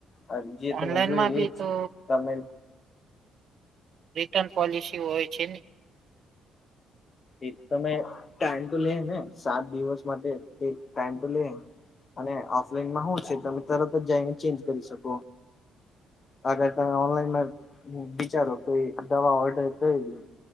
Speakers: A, on the left (about 35°); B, on the right (about 55°).
A: આ જે તમે
B: ઓનલાઈન
A: જોય
B: માં બી
A: એજ
B: તો
A: તમે
B: રિટર્ન પોલિસી હોય છે ને.
A: એ તમે ટાઈમ તો લે હે ને સાત દિવસ માટે. એક ટાઈમ તો લે હે. અને ઓફલાઈનમાં હું છે તમે તરત જ જઈને ચેન્જ કરી શકો. અગર તમે ઓનલાઈનમાં બિચારો કે દવા ઓર્ડર કરી થઈ ગઈ.